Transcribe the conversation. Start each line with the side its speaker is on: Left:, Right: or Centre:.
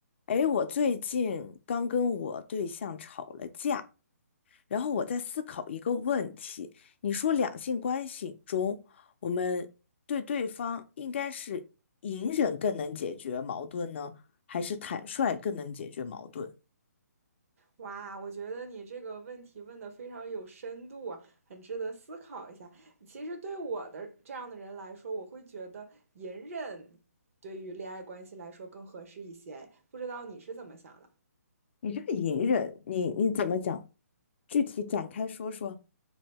Left: 哎，我最近刚跟我对象吵了架，然后我在思考一个问题：你说两性关系中，我们对对方应该是隐忍更能解决矛盾呢，还是坦率更能解决矛盾？
Right: 哇，我觉得你这个问题问的非常有深度啊，很值得思考一下。其实对我的这样的人来说，我会觉得隐忍对于恋爱关系来说更合适一些。不知道你是怎么想的？
Left: 你这个隐忍，你你怎么讲？具体展开说说。